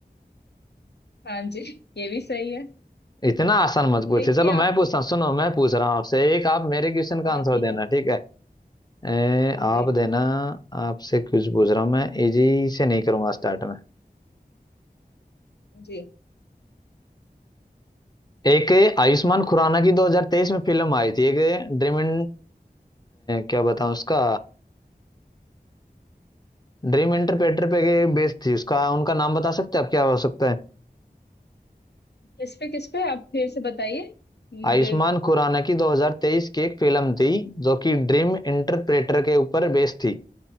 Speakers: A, on the left; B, on the left.
A: हाँ जी ये भी सही है
B: इतना आसान मत
A: देखिए
B: पूछे चलो
A: आप
B: मैं पूछता
A: तो,
B: हूँ सुनो मैं पूछ रहा हूँ आपसे एक आप मेरे क्वेश्चन का
A: हाँ
B: आंसर
A: ठीक
B: देना
A: है
B: ठीक है ए,
A: जी
B: आप देना आपसे कुछ पूछ रहा हूँ मैं इजी से नहीं करूंगा स्टार्ट में
A: जी
B: एक आयुष्मान खुराना की 2023 में फिल्म आई थी एक ड्रीम इन क्या बताऊं उसका ड्रीम इंटरप्रेटर पे बेस्ड थी उसका उनका नाम बता सकते हैं आप क्या हो सकता है
A: किस पे किस पे आप फिर से बताइए मुझे
B: आयुष्मान खुराना की 2023 की एक फिल्म थी जो कि ड्रीम इंटरप्रेटर के ऊपर बेस्ड थी